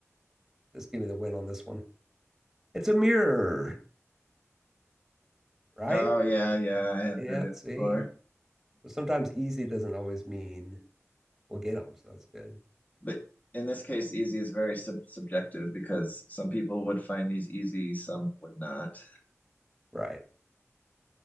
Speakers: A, in the centre; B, on the left.
A: Just give me the win on this one. It's a mirror, right?
B: oh yeah, yeah, I have
A: Yeah.
B: heard it
A: See,
B: before.
A: so sometimes easy doesn't always mean we'll get them. So that's good,
B: But in this case, easy is very sub subjective because some people would find these easy, some would not.
A: right?